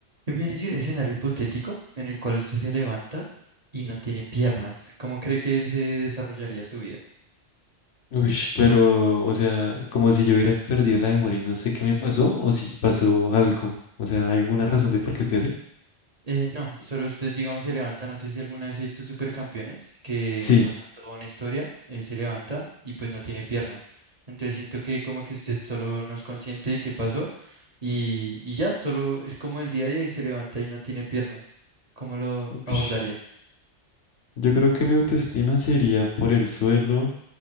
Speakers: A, on the right; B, on the left.
A: Imagínese un escenario hipotético en el cual usted se levanta y no tiene piernas. ¿Cómo cree que se desarrollaría su vida?
B: Uy, pero, o sea, como si yo hubiera perdido la memoria y no sé qué me pasó, o si pasó algo. O sea, ¿hay alguna razón de por qué estoy así?
A: Eh, no, solo usted, digamos, se levanta. No sé si alguna vez he visto Supercampeones, que
B: Sí.
A: pasa toda una historia, él se levanta y pues no tiene piernas. Entonces siento que como que usted solo no es consciente de qué pasó y, y ya, solo es como el día a día y se levanta y no tiene piernas. ¿Cómo lo abordaría?
B: Ush. Yo creo que mi autoestima se iría por el suelo.